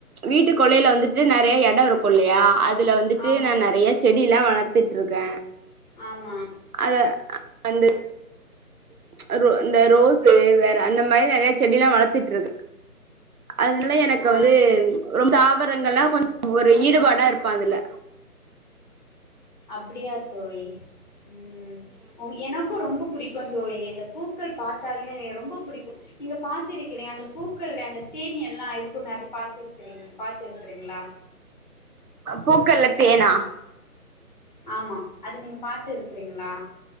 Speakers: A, on the right (about 70°); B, on the left (about 30°).
A: வீட்டு கொள்ளைல வந்துட்டு நெறைய எடோ இருக்குல்லையா அதுல வந்துட்டு
B: ஆமா
A: நா நெறைய செ டில்லா வளத்துட்ருக்கே
B: ஆமா
A: அத வந்து அ ரோ இந்த ரோஸு வேற அந்த மாரி நெறைய செடில்லா வளத் ட்டு இருக் அதனால எனக்கு
B: ஆ
A: வந்து ரொம் தாவரங்கள கொஞ் <inaudible> ஒரு ஈடுபாடா இருப்பே அதுல
B: அப்டியா தோழி ம் உ எனக்கு ரொம்ப புடிக்கு தோழி இந்த பூக்கள் பாத்தாலே ரொம்ப புடிக்கு இங்க பாத்திருக்கிறே அந்த பூக்கள்ல அந்த தேனீ எல்லா இருக்குமே அது பாத்துருக்றேனே பாத்து இருக்குறீங்ளா
A: பூக்கள்ல தேனா
B: ஆமா அது நீங்க பாத்து இருக்றீங்ளா